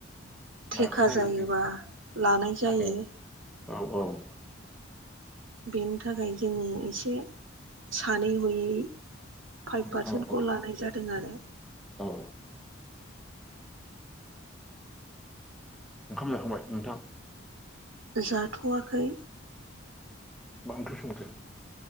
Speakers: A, in the centre; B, on the right.
A: लानाय
B: थेखा
A: जायो
B: जायोबा
A: बे
B: लानाय जायो
A: औ औ औ
B: बेनि थाखाय जोङो एसे सानै हयै फाइभ पारसेन्टखौ
A: औ
B: लानाय जादों आरो
A: औ ओंखाम जाखांबाय नोंथां
B: जाथ'वाखै
A: ओंख्र्रि संखो